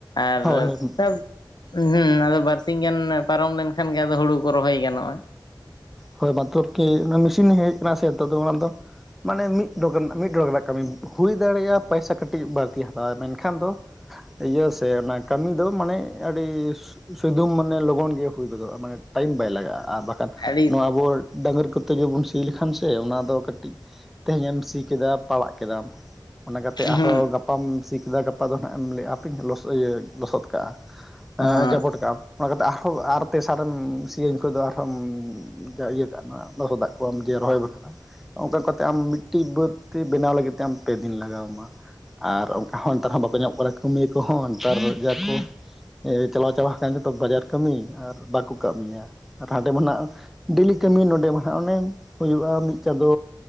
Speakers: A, on the left; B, in the centre.
A: ᱟᱨ
B: ᱦᱳᱭ ᱦᱳᱭ
A: <unintelligible> ᱦᱩᱸ ᱟᱫᱚ ᱵᱟᱨᱥᱤᱧ ᱜᱟᱱ ᱯᱟᱨᱚᱢ ᱞᱮᱱᱠᱷᱟᱱ ᱜᱮ ᱟᱫᱚ ᱦᱩᱲᱩ ᱠᱚ ᱨᱚᱦᱚᱭ ᱜᱟᱱᱚᱜᱼᱟ ᱾
B: ᱦᱳᱭ ᱵᱟᱛᱚᱨ ᱛᱮ ᱢᱟᱱᱮ ᱢᱮᱥᱤᱱ ᱦᱮᱡ ᱟᱠᱟᱱᱟ ᱥᱮ ᱱᱤᱛᱚᱜ ᱫᱚ ᱟᱫᱚ ᱾ ᱢᱟᱱᱮ ᱢᱤᱫ <unintelligible> ᱢᱤᱫ ᱰᱚᱜᱟᱨ ᱨᱮᱱᱟᱜ ᱠᱟᱹᱢᱤ ᱦᱩᱭ ᱫᱟᱲᱮᱭᱟᱜ-ᱟ ᱯᱚᱭᱥᱟ ᱠᱟᱹᱴᱤᱡ ᱵᱟᱝ ᱛᱤ ᱦᱟᱛᱟᱣᱟᱭ ᱢᱮᱱᱠᱷᱟᱱ ᱫᱚ ᱤᱭᱟᱹ ᱥᱮ ᱚᱱᱟ ᱠᱟᱹᱢᱤ ᱫᱚ ᱢᱟᱱᱮ ᱟᱹᱰᱤ ᱥᱩᱫᱩᱢ ᱢᱟᱱᱮ ᱞᱚᱜᱚᱱ ᱜᱮᱼᱼ ᱦᱩᱭ ᱜᱚᱫᱚᱜᱼᱟ ᱢᱟᱱᱮ ᱴᱟᱭᱤᱢ ᱵᱟᱭ ᱞᱟᱜᱟᱜᱼᱟ ᱟᱨ <unintelligible>
A: ᱟᱹᱰᱤ
B: ᱱᱚᱣᱟ ᱟᱵᱚ ᱰᱟᱝᱨᱤ ᱠᱚ ᱛᱮ ᱜᱮᱵᱚᱱ ᱥᱤ ᱞᱮᱠᱷᱟᱱ ᱥᱮ ᱚᱱᱟ ᱫᱚ ᱠᱟᱹᱴᱤᱡᱼᱼ ᱛᱮᱦᱮᱧ ᱮᱢ ᱥᱤ ᱠᱮᱫᱟ ᱯᱟᱲᱟᱜ ᱠᱮᱫᱟᱢ ᱚᱱᱟ ᱠᱟᱛᱮ ᱟᱨ
A: ᱦᱩᱸ
B: ᱦᱚᱸ ᱜᱟᱯᱟᱢ ᱥᱤ ᱠᱮᱫᱟ ᱜᱟᱯᱟ ᱫᱚ ᱱᱟᱦᱟᱜ ᱮᱢ ᱞᱟᱹᱭᱟ ᱦᱟᱯᱮᱧ ᱤᱭᱟᱹ ᱞᱚᱥᱚᱫ ᱠᱟᱜᱼᱟ
A: ᱦᱚᱸ
B: ᱡᱟᱵᱚᱴ ᱠᱟᱜᱼᱟᱢ ᱚᱱᱟ ᱠᱟᱛᱮ ᱟᱨ ᱦᱚᱸ ᱟᱨ ᱛᱮᱥᱟᱨ ᱮᱢ ᱥᱤᱭᱟᱹ <unintelligible> ᱫᱚ ᱟᱨᱦᱚᱢᱼᱼ ᱤᱭᱟᱹ ᱠᱟᱜ ᱞᱚᱥᱚᱫᱟᱜ ᱠᱚᱣᱟᱢ ᱡᱮ ᱨᱚᱦᱚᱭ ᱵᱟᱠᱷᱨᱟ ᱚᱱᱠᱟ ᱚᱱᱠᱟ ᱛᱮ ᱟᱢ ᱢᱤᱫ ᱴᱤᱡ ᱵᱟᱹᱫᱽᱼᱼ ᱛᱮ ᱵᱮᱱᱟᱣ ᱞᱟᱹᱜᱤᱫ ᱛᱮ ᱟᱢ ᱯᱮ ᱫᱤᱱ ᱞᱟᱜᱟᱣ ᱟᱢᱟ ᱟᱨ ᱚᱱᱠᱟ ᱦᱚᱸ ᱱᱮᱛᱟᱨ ᱦᱚᱸ ᱵᱟᱠᱚ ᱧᱟᱢᱚᱜ ᱠᱟᱱᱟ᱾ ᱠᱟᱹᱢᱤᱭᱟᱹ ᱠᱚ ᱦᱚᱸ ᱱᱮᱛᱟᱨ ᱡᱟ ᱠᱚᱼᱼ ᱪᱟᱞᱟᱣ ᱪᱟᱵᱟ ᱟᱠᱟᱱ ᱡᱚᱛᱚ ᱵᱟᱡᱟᱨ ᱠᱟᱹᱢᱤ ᱟᱨ ᱵᱟᱠᱚ ᱠᱟᱹᱢᱤᱭᱟ ᱟᱨ ᱦᱟᱸᱰᱮ ᱢᱟ ᱱᱟᱦᱟᱜᱼᱼ ᱰᱤᱞᱤ ᱠᱟᱹᱢᱤ ᱱᱚᱸᱰᱮ ᱢᱟᱦᱟᱸᱜ ᱚᱱᱮᱢᱼᱼ ᱦᱩᱭᱩᱜᱼᱟ ᱢᱤᱫ ᱪᱟᱸᱫᱳ